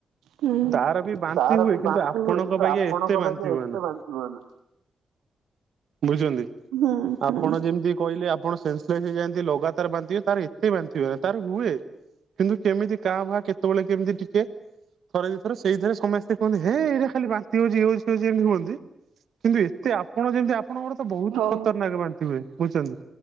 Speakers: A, on the right; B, on the right.
A: ହୁଁ।
B: ତାର ବି ବାନ୍ତି
A: ତାର
B: ହୁଏ
A: ବି
B: କିନ୍ତୁ
A: ବାନ୍ତି
B: ଆପଣଙ୍କ
A: ହୁଏ କିନ୍ତୁ
B: ବାଗିଆ
A: ଆପଣଙ୍କ
B: ଏତେ ବାନ୍ତି
A: ବାଗିଆ ଏତେ
B: ହୁଏନା।
A: ବାନ୍ତି ହୁଏ ନା।
B: ବୁଝୁଛନ୍ତି।
A: ହୁଁ
B: ଆପଣ
A: ହୁଁ
B: ଯେମିତି କହିଲେ ଆପଣ ସେନ୍ସେଲେସ୍ ହେଇଯାଆନ୍ତି ଲଗାତାର ବାନ୍ତିି ତାର ଏତେ ବାନ୍ତିି ହୁଏନା ତାର ହୁଏ। କିନ୍ତୁ କେମିତି ଙ୍କା ଭା କେତେବେଳେ କେମିତି ଟିକେ ଥରେ ଦିଥର ସେଇଥରେ ସମସ୍ତେ କୁହନ୍ତି ହେଇ ଏଇଟା ଖାଲି ବାନ୍ତି ହଉଛି ଇଏ ହଉଛି ଏମିତି ହୁଅନ୍ତି। କିନ୍ତୁ ଏତେ ଆପଣ ଯେମିତି ଆପଣଙ୍କର ତ ବହୁତ୍
A: ହଉ
B: ଖତରନାକ
A: ହଉ।
B: ବାନ୍ତି ହୁଏ ବୁଝଛନ୍ତି।